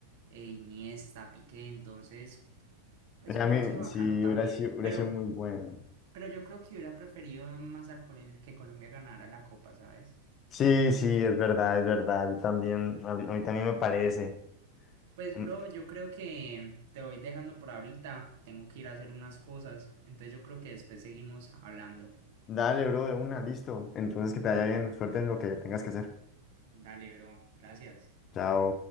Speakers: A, on the right; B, on the left.
A: eh, Iniesta, Piqué, entonces, pues
B: A
A: hubiera
B: mí
A: sido bacano
B: sí,
A: también.
B: hubiera sido, hubiera
A: Pero,
B: sido muy bueno.
A: pero yo creo que hubiera preferido más a Col- que Colombia ganara la Copa, ¿sabes?
B: Sí, sí, es verdad, es verdad. Yo también, a mí, a mí también me parece.
A: Pues
B: Mm,
A: bro, yo creo que te voy dejando por ahorita. Tengo que ir a hacer unas cosas. Entonces yo creo que después seguimos hablando.
B: Dale, bro, de una, listo. Entonces que te vaya bien. Suerte en lo que tengas que hacer.
A: Dale, bro. Gracias.
B: Chao.